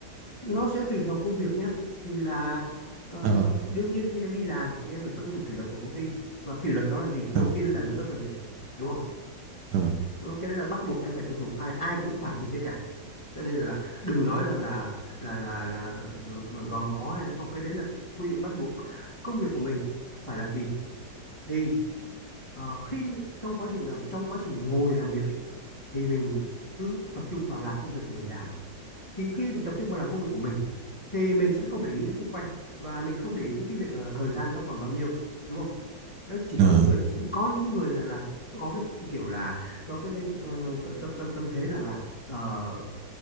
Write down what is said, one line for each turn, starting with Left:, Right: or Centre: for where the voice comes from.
Left: nó sẽ tùy thuộc công việc nhá thì là ờ,
Right: à vâng
Left: đương nhiên khi em đi làm thì em phải tuân thủ kỷ luật của công ty và kỷ luật đó là gì đầu
Right: à vâng
Left: tiên là giờ giấc làm việc đúng không
Right: à vâng
Left: cái đấy là bắt buộc em phải tuân thủ ai ai cũng phải như thế cả cho nên là, là đừng nói rằng là là là là ờ, gò bó hay là không cái đấy là quy định bắt buộc công việc của mình phải làm gì thì ờ, khi trong quá trình làm trong quá trình mà ngồi làm việc ấy, thì mình cứ tập trung vào làm công việc của mình đã thì khi mình tập trung vào làm công việc của mình thì mình sẽ không để ý đến xung quanh và mình không để ý đến cái việc là thời gian nó còn bao nhiêu đúng không Đấy, chỉ có
Right: à
Left: những người có những người rằng là có cái kiểu là có cái ờ, ờ, tâm tâm tâm thế rằng là ờ,